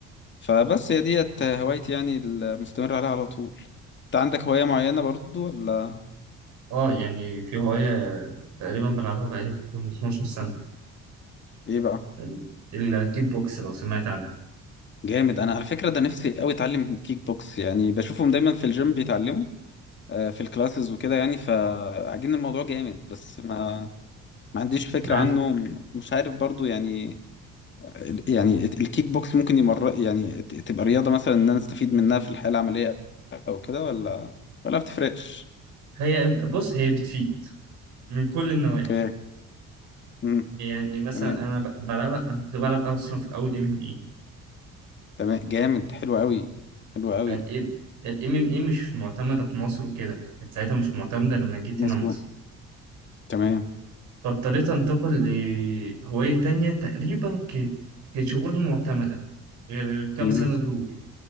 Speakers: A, on the left (about 40°); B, on the right (about 75°).
A: فبس هي ديت هوايتي يعني المستمر عليها على طول انت عندك هواية معينة برضو ولا
B: اه يعني في هواية تقريبا بلعبها بقالي من 12 سنة
A: ايه بقى
B: يعني الكيك بوكس لو سمعت عنها
A: جامد انا على فكرة ده نفسي قوي اتعلم كيك بوكس يعني بشوفهم دايما في الجيم بيتعلموا آه، في الكلاسز وكده يعني فعاجبني الموضوع جامد بس ما ما عنديش فكرة
B: عارف
A: عنه م- مش عارف برضو يعني ال- يعني الت- الكيك بوكس ممكن يمر يعني ت- تبقى رياضة مثلا ان انا استفيد منها في الحياة العملية او كده ولا ولا ما بتفرقش
B: هي بص هي بتفيد من كل النواحي
A: اوكي امم
B: يعني مثلا
A: تمام
B: انا ب- بلعبها انا كنت بلعب اصلا في الاول ام ام اي
A: تمام جامد حلو قوي حلو قوي
B: فالام الام ام اي مش معتمدة في مصر وكده كانت ساعتها مش معتمدة لما جيت
A: مظبوط
B: هنا مصر
A: تمام
B: فاضطريت أنتقل لهواية تانية تقريبا كانت كانتش برضه معتمدة غير الكام
A: امم
B: سنة دول